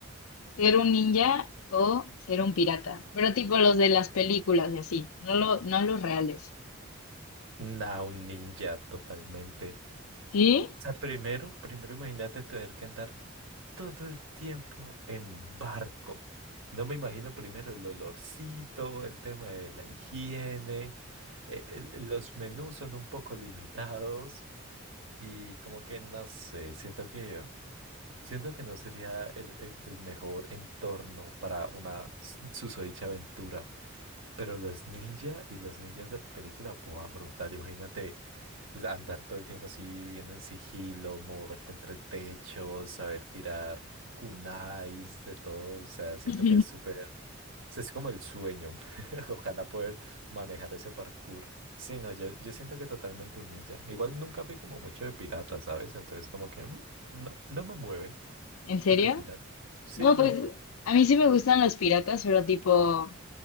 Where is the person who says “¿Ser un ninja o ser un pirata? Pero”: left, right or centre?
Left